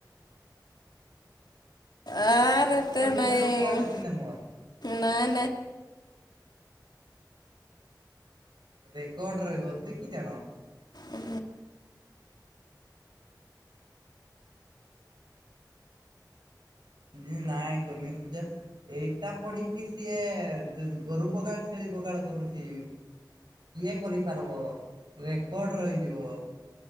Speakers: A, on the left; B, on the right.
A: ଆର୍ ଏତେ ନାଇଁ
B: ଗୋଟେ ରଖିବାର ଅଛିନା ମୋର।
A: ନାଇଁ
B: ଅର୍ଡର ରହିବ <unintelligible>
A: ହୁଁ
B: <unintelligible> ଏଇଟା ପଢ଼ିକି ସିଏ ଗୋରୁ ବଗାଳ ଛେଳି ବଗାଳ କରୁଛି। କିଏ କରିପାରିବ ରେକର୍ଡ଼ ରହିଯିବ।